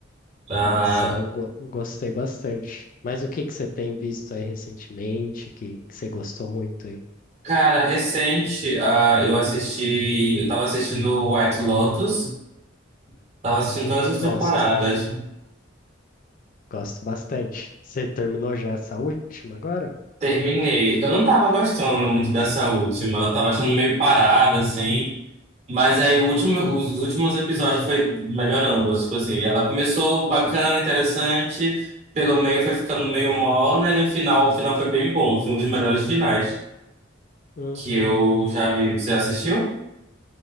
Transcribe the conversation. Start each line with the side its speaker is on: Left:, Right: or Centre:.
Right: Ah,
Left: Essa eu go- gostei bastante. Mas o que que você tem visto aí recentemente que, que você gostou muito aí
Right: cara, recente, ah, eu assisti, eu tava assistindo White Lotus, tava assistindo todas as temporadas,
Left: gosto? Gosto bastante. Você terminou já essa última agora?
Right: terminei. Eu não tava gostando muito dessa última, eu tava achando meio parada, assim, mas aí o último, os últimos episódios foi melhorando, tipo assim, ela começou bacana, interessante, pelo meio foi ficando meio morna, e no final, o final foi bem bom, foi um dos melhores finais
Left: Uhum.
Right: que eu já vi. Você assistiu?